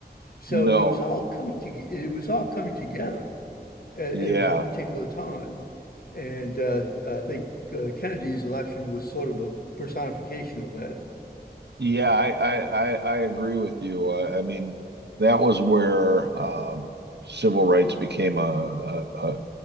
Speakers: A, on the left; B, on the right.
A: So
B: No,
A: it was all coming to, it was all coming together at,
B: yeah,
A: at one particular time. And uh, I think uh, Kennedy's election was sort of a personification of that.
B: yeah, I I I, I agree with you. I, I mean, that was where um, civil rights became a, a, a